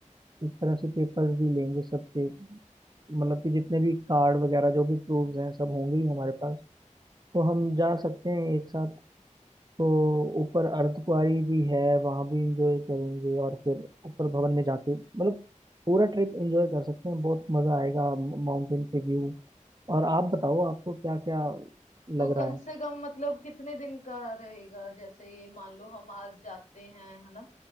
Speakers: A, on the right (about 35°); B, on the left (about 80°).
A: इस तरह से पेपर्स भी लेंगे सबके मतलब कि जितने भी कार्ड वगैरह जो भी प्रूफ्स हैं सब होंगे ही हमारे पास तो हम जा सकते हैं एक साथ तो ऊपर अर्धकुंवारी भी है वहाँ भी इंजॉय करेंगे और फिर ऊपर भवन में जाके मतलब पूरा ट्रिप इंजॉय कर सकते हैं बहुत मज़ा आएगा माउंटेन के व्यू और आप बताओ आपको क्या क्या
B: तो
A: लग
B: कम
A: रहा है
B: से कम मतलब कितने दिन का रहेगा जैसे ये मान लो हम आज जाते हैं है ना